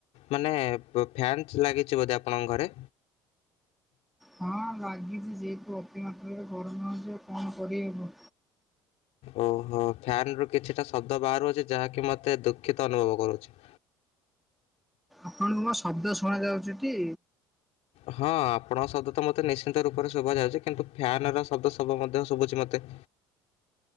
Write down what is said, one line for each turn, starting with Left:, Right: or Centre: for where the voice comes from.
Left: ମାନେ ଫୋ ଫ୍ୟାନ୍ଟ୍ ଲାଗିଛି ବୋଧେ ଆପଣଙ୍କ ଘରେ?
Centre: ହଁ ଲାଗିଛି ଯେହେତୁ ଅତି ମାତ୍ରାରେ ଗରମ ହେଉଛି। ଆଉ କଣ କରି ହେବ?
Left: ଓହୋ ଫ୍ୟାନ୍ ରୁ କିଛିଟା ଶବ୍ଦ ବାହାରୁ ଅଛି ଯାହାକି ମତେ ଦୁଃଖିତ ଅନୁଭବ କରୁଛି।
Centre: ଆପଣଙ୍କୁ କଣ ଶବ୍ଦ ଶୁଣା ଯାଉଛି କି?
Left: ହଁ ଆପଣଙ୍କ ଶବ୍ଦ ତ ମୋତେ ନିଶ୍ଚିନ୍ତ ରୂପରେ ଶୁଭା ଯାଉଛି। କିନ୍ତୁ ଫ୍ୟାନ ର ଶବ୍ଦ ସବୁ ମଧ୍ୟ ଶୁଭୁଛି ମତେ।